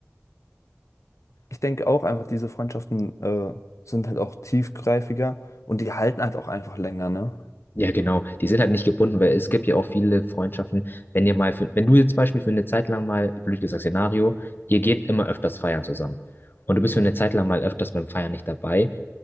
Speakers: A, on the left; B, on the left.
A: ich denke auch einfach, diese Freundschaften äh, sind halt auch tiefgreifiger und die halten halt auch einfach länger, ne?
B: ja, genau. Die sind halt nicht gebunden, weil es gibt ja auch viele Freundschaften. Wenn ihr mal, für, wenn du jetzt zum Beispiel für eine Zeit lang mal, blöd gesagt, Szenario, ihr geht immer öfters feiern zusammen und du bist für eine Zeit lang mal öfters beim Feiern nicht dabei,